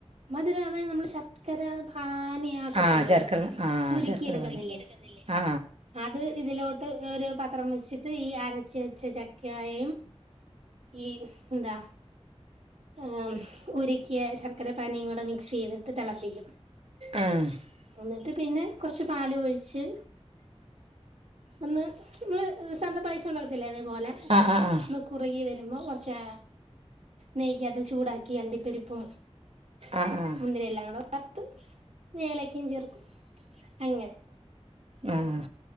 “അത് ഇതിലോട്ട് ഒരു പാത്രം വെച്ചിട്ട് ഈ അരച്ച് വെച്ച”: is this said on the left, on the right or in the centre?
Right